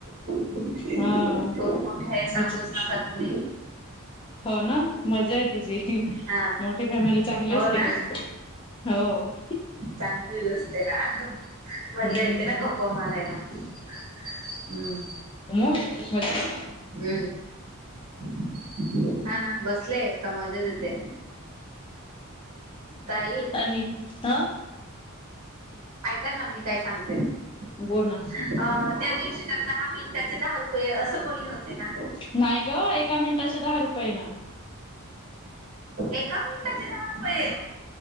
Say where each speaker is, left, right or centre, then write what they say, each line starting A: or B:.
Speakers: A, on the right; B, on the left.
A: खूप
B: हा
A: मोठे आहे,
B: मजा
A: सांगूच नका तुम्ही.
B: हो ना मजा आहे तुझी.
A: हा
B: मोठे फॅमिली चांगली
A: हो
B: असते
A: ना
B: कधी पण हो.
A: चांगली व असते ना.
B: हम्म
A: मजा येते ना गप मारायला हम्.
B: हो म म.
A: हम्म हा ना बसलेय, का मजा येते. ताई
B: आणि हा
A: ऐका ना मी काय सांगते. अ
B: बोल ना
A: त्या दिवशी तर दहा मिनिटाचे, दहा रुपये असं बोलले होते ना?
B: नाही ग एका मिनिटाच्या, दहा रुपये ना.
A: एका मिनिटाचे दहा रुपये.